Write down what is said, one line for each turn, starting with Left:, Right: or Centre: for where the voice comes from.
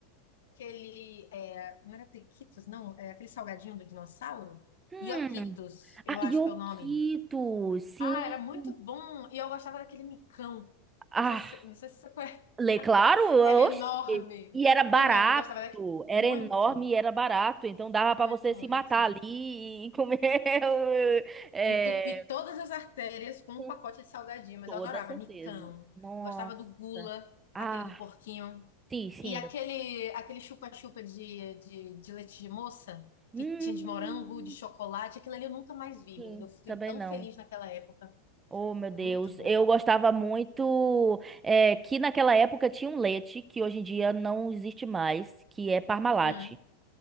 Left: aquele. é, não era Tequitos, não? É aquele salgadinho do dinossauro?
Right: Hum.
Left: Ioquitos, eu
Right: Ah,
Left: acho
Right: Yokito,
Left: que é o nome.
Right: sim.
Left: Ah, era muito bom. E eu gostava daquele micão.
Right: Ah,
Left: Não sei se, não sei se você conhece. <laughs>
Right: Lê, claro,
Left: Era enorme.
Right: oxe. E era barato,
Left: Enorme. Eu gostava daquele.
Right: era
Left: Muito,
Right: enorme e era barato. Então dava
Left: muito,
Right: para você se
Left: muito.
Right: matar ali e comer. <laughs> é,
Left: Entupi todas as artérias com um
Right: com
Left: pacote de salgadinho, mas
Right: toda
Left: eu adorava
Right: certeza.
Left: micão.
Right: Nossa.
Left: Gostava do gula,
Right: Ah,
Left: aquele do porquinho.
Right: sim, sim.
Left: E aquele aquele chupa-chupa de, de, de leite de moça,
Right: Hum,
Left: que tinha de morango, de chocolate, aquilo ali eu nunca mais vi,
Right: sim,
Left: menina. Eu fui
Right: também
Left: tão
Right: não.
Left: feliz naquela época.
Right: Oh, meu Deus.
Left: Muito bom.
Right: Eu gostava muito é, que naquela época tinha um leite que hoje em dia não existe mais, que é Parmalat.
Left: Hum.